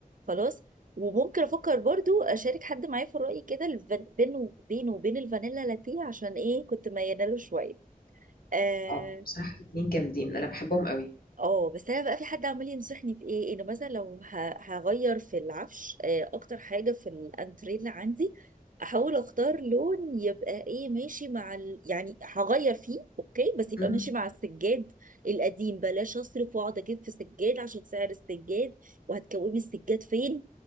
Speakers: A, on the right; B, on the left.
A: خلاص وممكن افكر برضو اشارك حد معايا في الرأي كده الفان- بينه بينه وبين الفانيلا لاتيه عشان ايه كنت مياله له شويه آه،
B: اه بصراحه الاتنين جامدين انا بحبهم قوي
A: اه بس انا بقى في حد عمال ينصحني في ايه انه مثلا لو ه- هغير في العفش آه، اكتر حاجه في الانتريه اللي عندي احاول اختار لون يبقى ايه ماشي مع ال... يعني هغير فيه اوكي بس يبقى
B: مم.
A: ماشي مع السجاد القديم بلاش اصرف واقعد اجيب في سجاد عشان سعر السجاد وهتكومي السجاد فين